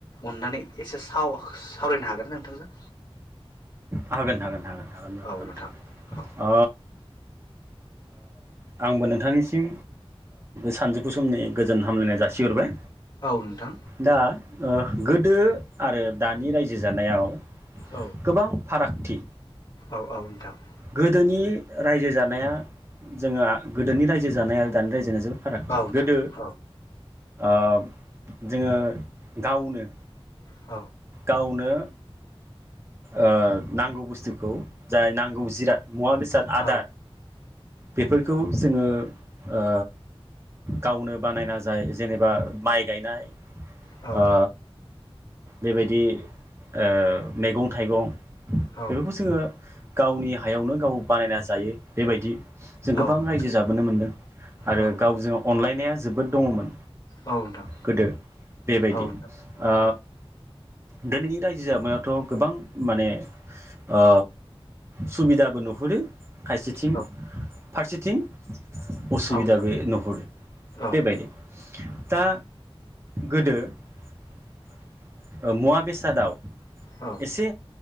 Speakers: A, on the left; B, on the right.
A: अननानै एसे साव सावरायनो हागो ना नोंथांजों
B: हागोन हागोन हागोन हागोन
A: औ
B: हागोन नोंथां।
A: औ
B: आंबो नोंथांनिसिम सानजौफु समनि गोजोन हामलायनाय जासिहरबाय।
A: औ नोंथां
B: दा गोदो आरो दानि रायजो जानायाव
A: औ
B: गोबां फारागथि
A: औ औ नोंथां।
B: गोदोनि रायजो जानाया जोङो गोदोनि रायजो जानाय आरो दानि रायजोनि जोबो फारागथि
A: औ नोंथां
B: गोदो
A: औ
B: ओ जोङो गावनो
A: औ
B: गावनो ओ नांगौ बुस्थुखौ जाय नांगौ जिराद मुवा बेसाद
A: औ
B: आदार बेफोरखौ जोङो ओ गावनो बानायना जाय जेनेबा माइ गायनाय
A: औ
B: ओ बेबायदि ओ मेगं थाइगं
A: औ
B: बेफोरखौ जोङो गावनि हायावनो गाव बानायना जायो बेबायदि। जों
A: औ नोंथां
B: गोबां रायजो जाबोनो मोन्दों आरो
A: औ
B: गावजों अनलायनाया जोबोद दङमोन।
A: नोंथां
B: गोदो बेबायदि
A: औ नोंथां
B: ओ
A: औ
B: दोनैनि रायजो जामा थ' गोबां माने ओ सुबिदाबो नुहुरो। खायसेथिं
A: औ
B: फारसेथिं उसुबिदाबो
A: औ नोंथां
B: नुहुरो
A: औ
B: बेबायदि दा गोदो ओ मुवा बेसादाव
A: औ
B: एसे